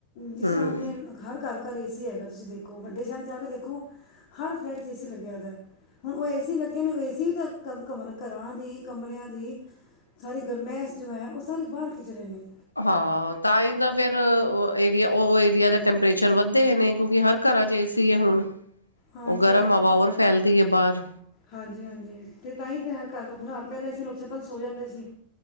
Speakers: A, on the left; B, on the left.
A: ਜਿਸ
B: ਹਮ
A: ਤਰ੍ਹਾਂ ਹੁਣੇ ਘਰ ਘਰ ਘਰ ਏ ਸੀ ਹੈਗਾ ਤੁਸੀਂ ਦੇਖੋ ਵੱਡੇ ਸ਼ਹਿਰ ' ਜਾ ਕੇ ਦੇਖੋ ਹਰ ਫਲੈਟ 'ਚ ਏ ਸੀ ਲਾਗੀ ਆਦਾ ਹਾਂ ਓ ਏ ਸੀ ਲੱਗੇ ਨੇ ਏ ਸੀ ਵੀ ਤਾਂ, ਘ ਘਰਾਂ ਦੀ ਕਮਰੇਆਂ ਦੀ ਸਾਰੀ ਗਰਮੈਸ਼ ਜੋ ਹੈ, ਓ ਸਾਰੀ ਬਾਰ ਖਿੱਚ ਰਏ ਨੇ।
B: ਹਾਂ, ਤਾਂ ਈ ਤਾਂ ਫੇਰ ਓ ਏਰੀਆ, ਓ ਏਰੀਆ ਦਾ ਟੈਂਪਰੇਚਰ ਵੱਦੇਆ ਈ ਨੀ ਕੇਓਕਿ ਹਰ ਘਰਾਂ ਚ ਏ ਸੀ ਏ ਹੁਨ,
A: ਹਾਂਜੀ
B: ਓ ਗਰਮ ਹਵਾ ਹੋਰ ਫੈਲਦੀ ਐ ਬਾਰ।
A: ਹਾਂਜੀ-ਹਾਂਜੀ, ਤੇ ਤਾਂ ਈ ਤਾਂ ਹਾਰ ਘਾਰ ਘਾ ਬੁਰਾ ਹਾਲ ਪੈਲੇ ਅਸੀਂ ਲੋਕ ਸਬ ਛਤਾਂ ਤੇ ਸੋ ਜਾਂਦੇ ਸੀ।